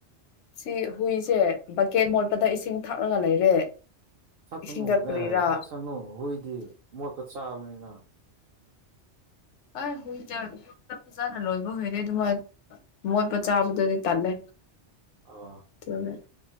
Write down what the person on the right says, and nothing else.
ꯊꯛꯀꯅꯨ
ꯑꯦ ꯊꯛꯁꯅꯨ ꯍꯨꯏꯗꯤ ꯃꯣꯠꯄ ꯆꯥꯕꯅꯤꯅ꯫
ꯑꯣ